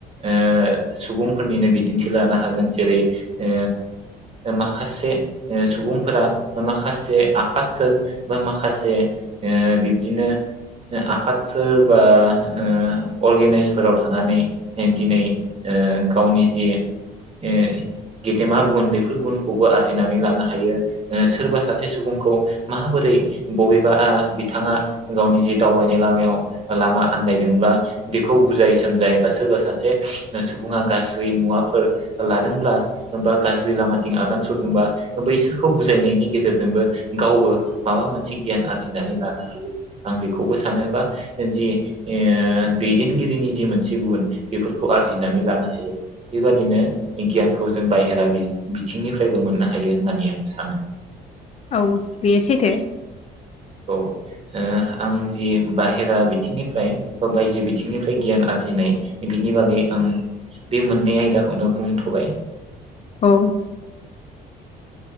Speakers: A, on the right; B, on the left.
A: ओ सुबुंफोरनिनो बिदिन्थि लानो हागोन जेरै ओ माखासे सुबुंफोरा माखासे आफादफोर बा माखासे ओ बिब्दिनो आफाद। फोरबा ओ अरगेनाइसफोराव थानानै दिनै ओ गावनि जि ओ गेदेमा गुन बेफोर गुनखौबो आरजिनानै लानो हायो ओ सोरबा सासे सुबुंखौ माबोरै बबेबा बिथाङा गावनि जि दावबायनाय लामायाव। लामा आन्दायदोंब्ला बेखौ बुजाय सोमजाय बा सोरबा सासे सुबुङा गाज्रि मुवाफोर लादोंब्ला बा गाज्रि लामाथिं आगान सुरदोंबा बैसोरखौ बुजायनायनि गेजेरजोंबो गावबो माबा मोनसे गियान आरजिनानै लानो हायो आं बेखौबो सानोबा जि ओ दैदेनगिरिनि जि मोनसे गुन बेफोरखौ आरजिनानै लानो हायो बेबादिनो गियानखौ जों बायहेरा बिथिंनिफ्रायबो मोननो हायो होननानै आं सानो।
B: औ बेयो सैथो।
A: औ ओ आं जि बाहेरा बिथिंनिफ्राय बा बायजो बिथिंनिफ्राय गियान आरजिनाय बिनि बागै आं बे मोननै आयदाखौनो बुंथबाय।
B: औ।